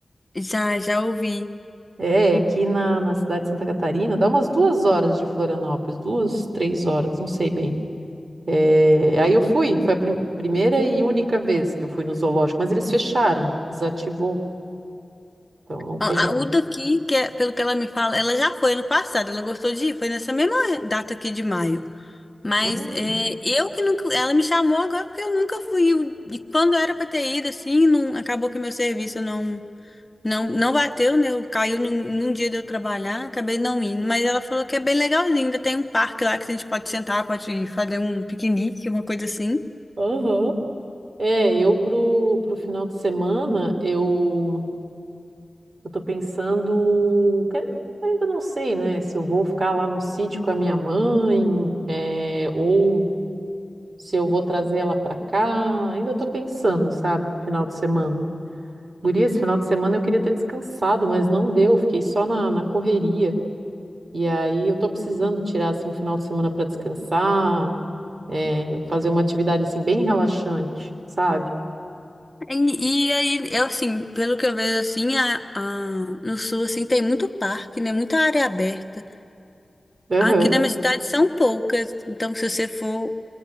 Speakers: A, on the left (about 20°); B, on the right (about 65°).
A: Já, já ouvi.
B: É, é aqui na, na cidade de Santa Catarina, dá umas duas horas de Florianópolis, duas, três horas, não sei bem. É, aí eu fui, foi a prim- primeira e única vez que eu fui no zoológico, mas eles fecharam, desativou, então não tem
A: A,
B: mais.
A: a- o daqui, que é, pelo que ela me fala, ela já foi ano passado, ela gostou de ir, foi nessa mesma data aqui de maio. Mas
B: Hum,
A: é, eu que nunca. Ela me chamou agora porque eu nunca fui. Eu- E quando era pra ter ido, assim, não, acabou que meu serviço não, não, não bateu, né? Eu- Caiu num, num dia de eu trabalhar, acabei não indo. Mas ela falou que é bem legalzinho, ainda tem um parque lá que a gente pode sentar, pode fazer um piquenique, uma coisa assim.
B: Aham. É, eu pro, pro final de semana, eu, eu tô pensando, quero- ainda não sei, né, se eu vou ficar lá no sítio com a minha mãe, é, ou se eu vou trazer ela pra cá, ainda tô pensando, sabe, final de semana. Guria, esse final de semana eu queria ter descansado, mas não deu, fiquei só na, na correria, e aí eu tô precisando tirar, assim, um final de semana pra descansar, é, fazer uma atividade, assim, bem relaxante, sabe?
A: E, e aí, eu assim, pelo que eu vejo assim, a, a- no sul assim tem muito parque, né? Muita área aberta.
B: Aham,
A: Aqui na minha cidade são poucas. Então, se você for